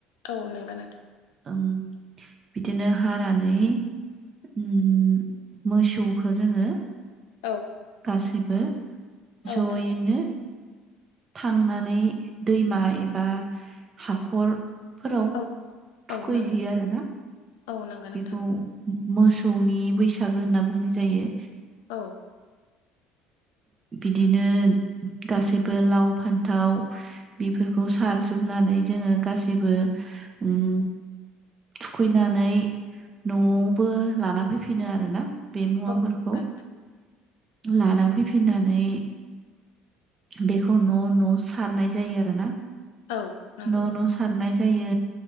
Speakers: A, on the left; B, on the right.
A: औ नंगौ नोंथां।
B: ओं बिदिनो हानानै उम मोसौखौ जोङो
A: औ।
B: गासिबो जयनो
A: औ नंगौ
B: थांनानै दैमा एबा हाखरफोराव
A: औ
B: थुखैहैयो
A: औ नंगौ
B: आरो ना?
A: औ नंगौ नोंथां
B: बेखौ मोसौनि बैसागो होनना बुंनाय जायो।
A: औ।
B: बिदिनो गासैबो लाव फान्थाव बेफोरखौ सारजोबनानै जोङो गासैबो उम थुखैनानै न'आवबो लाना फैफिनो आरोना। बे मुवाफोरखौ
A: औ नंगौ नोंथां।
B: लाना फैफिननानै बेखौ न' न' सारनाय जायो आरो ना।
A: औ नंगौ
B: न' न' सारना जायो